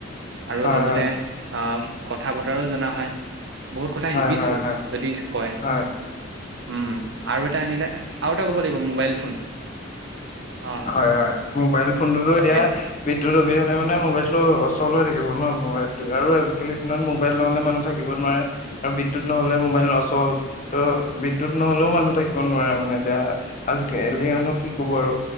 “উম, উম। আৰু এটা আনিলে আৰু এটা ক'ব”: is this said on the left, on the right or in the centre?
Right